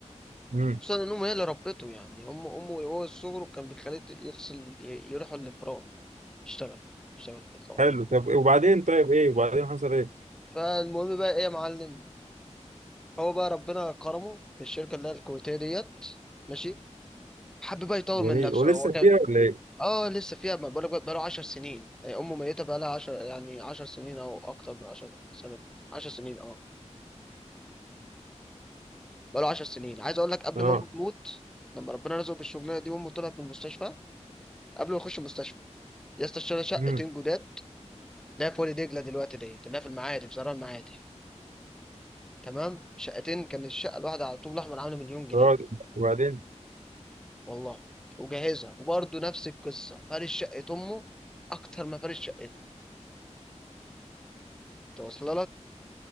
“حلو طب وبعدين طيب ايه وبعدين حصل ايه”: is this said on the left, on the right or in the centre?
Right